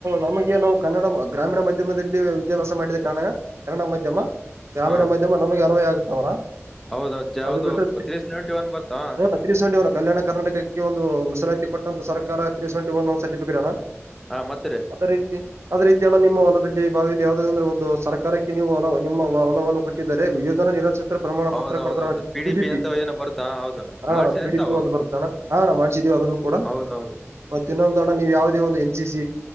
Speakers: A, on the right; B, in the centre.
A: ನಮಗೆ ನಾವು ಕನ್ನಡ ಗ್ರಾಮೀಣ ಮಾಧ್ಯಮದಲ್ಲಿ ವಿದ್ಯಾಭ್ಯಾಸ ಮಾಡಿದ ಕಾರಣ ಕನ್ನಡ ಮಾಧ್ಯಮ
B: ಹ
A: ಗ್ರಾಮೀಣ ಮಾಧ್ಯಮ ನಮಗೆ ಅನ್ವಯ ಆಗುತ್ತ ಅವ್ರ.
B: ಹೌದೌದು ಯಾವ್ದು
A: ಅದು ಬಿಟ್ಟು
B: ತ್ರೀ ಸೆವೆಂಟಿ ಒನ್ ಬರ್ತಾ
A: ಹ ತ್ರ ಸೆವೆಂಟಿ ಒನ್ ಕಲ್ಯಾಣ ಕರ್ನಾಟಕಕ್ಕೆ ಒಂದು ಮೀಸಲಾತಿ ಕೊಟ್ಟಂತ ಸರ್ಕಾರ ತ್ರೀ ಸೆವೆಟಿ ಒನ್ ಸರ್ಟಿಫಿಕೇಟ್ ಅಲಾ
B: ಹಾ ಮತ್ರಿ
A: ಅದ ರೀತಿ ಅದೇ ರೀತಿಿಯಣ್ಣ ನಿಮ್ಮ ಹೊಲದಲ್ಲಿ ಬಾವಿಯಲ್ಲಿ ಯಾವ್ದ ಅಂದ್ರೆ ಒಂದು ಸರ್ಕಾರಕ್ಕೆ ನೀವು ನಿಮ್ಮ ಒಲವನ್ನು ಕೊಟ್ಟರೆ ವಿೋಧನ ನಿರ ಚತ್ರ ಪ್ರಮಾಣ
B: ಹೌದೌದೌದು
A: ಪತ್ರ ಕೊಡತ
B: ಪಿ
A: ಪಿಡಿಪಿ
B: ಡಿ ಪಿ ಅಂತ ಏನೋ ಬರ್ತಾ ಹೌದು
A: ಹಣ
B: ಮಾಡ್ಸಿರಿ
A: ಪಿಡಿಪಿ
B: ಎಂತಾವು
A: ಒಂದು ಬರ್ತಣ ಹಣ ಮಾಡ. ಅದನ್ನು ಕೂಡ
B: ಹೌದೌದು
A: ಮತ್ತನ್ನು ನೀವು ಯಾವವುದ N C C